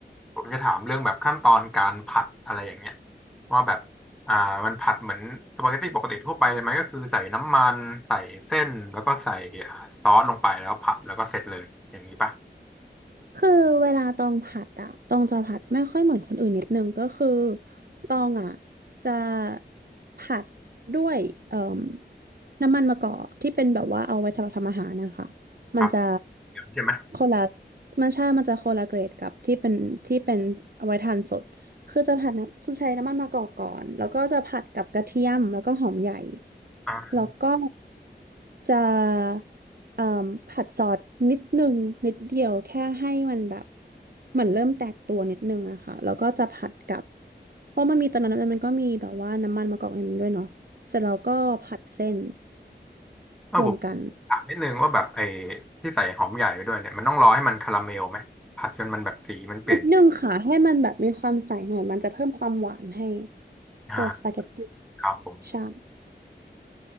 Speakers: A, in the centre; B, on the right.
A: ผมจะถามเรื่องแบบขั้นตอนการผัดอะไรอย่างเงี้ยว่าแบบอ่ามันผัดเหมือนสปาเกตตี้ปกติทั่วไปเลยไหมก็คือใส่น้ำมันใส่เส้นแล้วก็ใส่ซอสลงไปแล้วผัดแล้วก็เสร็จเลยอย่างนี้ป่ะ
B: คือเวลาตองผัดอะตองจะผัดไม่ค่อยเหมือนคนอื่นนิดนึงก็คือตองอะจะผัดด้วยเอ่มน้ำมันมะกอกที่เป็นแบบว่าเอาไว้สำหรับทำอาหารนะคะ
A: ครับ
B: มันจะ
A: อย่างนี้ใช่ไหม
B: คนละมันใช่มันจะคนละเกรดกับที่เป็นที่เป็นเอาไว้ทานสด คือจะผัดน้ำใช้น้ำมันมะกอกก่อน แล้วก็จะผัดกับกระเทียมแล้วก็หอมใหญ่
A: อ่า
B: แล้วก็จะเอ่มผัดซอสนิดนึงนิดเดียวแค่ให้มันแบบเหมือนเริ่มแตกตัวนิดนึงอะค่ะแล้วก็จะผัดกับเพราะมันมีตอนนั้นมันก็มีแบบว่าน้ำมันมะกอกในนั้นด้วยเนาะเสร็จแล้วก็ผัดเส้น
A: แล้วผม
B: รวมกัน
A: ถามนิดนึงว่าแบบไอ้ที่ใส่หอมใหญ่ไปด้วยเนี่ยมันต้องรอให้มันคาราเมลไหมผัดจนมันแบบสีมันเปลี่ยน
B: นิดนึงค่ะให้มันแบบมีความใสหน่อยมันจะเพิ่มความหวานให้
A: อ่า
B: ตัวสปาเกตตี้
A: ครับผม
B: ใช่